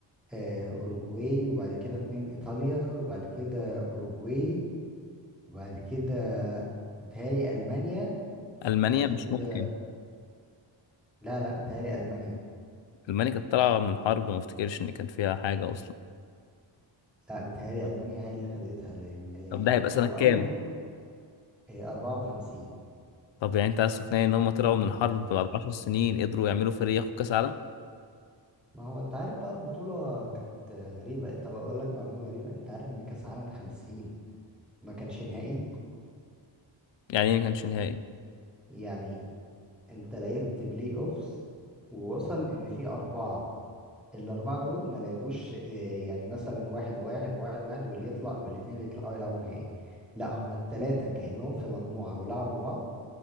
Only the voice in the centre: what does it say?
آه، اوروجواي وبعد كده اتنين ايطاليا وبعد كده اوروجواي وبعد كده متهيألي ألمانيا
وبعد
كده
لا لا متهيألي ألمانيا
لا متهيألي ألمانيا هي اللي خدتها لأن
هو
أول إيه، 54
ما هو أنت عارف بقى البطولة كانت غريبة طب أقول لك معلومة غريبة أنت عارف إن كأس عالم 50 ما كانش نهائي
يعني أنت لعبت بلاي أوفس ووصل إن في أربعة الأربعة دول ما لعبوش إيه، يعني مثلا واحد وواحد وواحد واحد واللي يطلع والاتنين اللي يطلعوا يلعبوا نهائي لا هما التلاتة كأنهم في مجموعة ولعبوا بعض